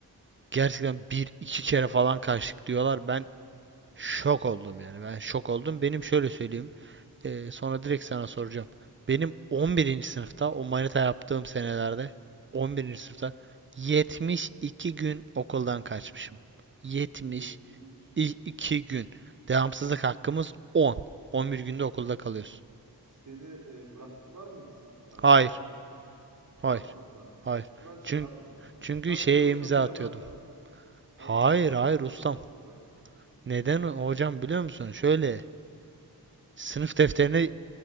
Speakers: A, on the right (about 30°); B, on the right (about 55°).
A: gerçekten bir iki kere falan kaçtık diyorlar. Ben şok oldum yani ben şok oldum. Benim şöyle söyleyeyim. Ee, sonra direkt sana soracağım. Benim 11. sınıfta o manita yaptığım senelerde 11. sınıfta
B: Hı hı.
A: 72 gün okuldan kaçmışım. 72
B: Yetmiş.
A: gün. Devamsızlık hakkımız 10. 11 günde okulda kalıyorsun.
B: Seni e, bıraktılar mıydı sınıfta kanka?
A: Hayır.
B: Ben
A: Hayır.
B: bırakmadılar.
A: Hayır.
B: Ya ben şeyi
A: Çünkü
B: anlamadım kanka.
A: çünkü
B: Ben
A: şeye
B: müdür olsam
A: imza
B: seni
A: atıyordum.
B: bırakırdım.
A: Hayır,
B: Ben
A: hayır
B: ben müdür
A: ustam.
B: olsam seni bırakırdım. kanka.
A: Neden hocam biliyor musun? Şöyle sınıf defterine